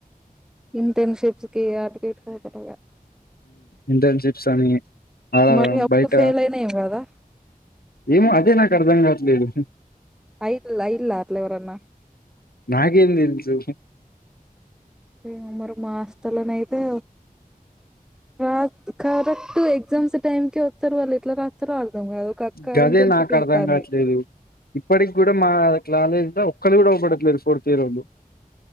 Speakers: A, in the centre; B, on the left.
A: ఇంటర్న్షిప్స్ కి అటు ఇటు పోతారు ఇగ
B: ఇంటన్చిప్స్ అని అలా
A: మరి అప్పుడు
B: బయట
A: ఫెయిల్ అయినా ఏం కదా
B: ఏమో అదే నాకు అర్ధం కావట్లేదు
A: హైట్ లైలా ఎవరన్నా
B: నాకేం దెలుసు
A: హ్మ్ మరి మా హాస్టలోయితే రా కరెక్ట్ ఎగ్జామ్స్ టైమ్కి వస్తారు వాళ్ళు ఎట్లా రాస్తారో అర్థం కాదు ఒక అక్క
B: గదే
A: ఇంటర్న్షిప్
B: నాకు
A: చేత్తాంది
B: అర్ధం కాట్లేదు ఇప్పటికి కూడా మా కాలేజ్ లో ఒక్కలు కూడా అగుడట్లేదు ఫోర్త్ ఇయర్లోలు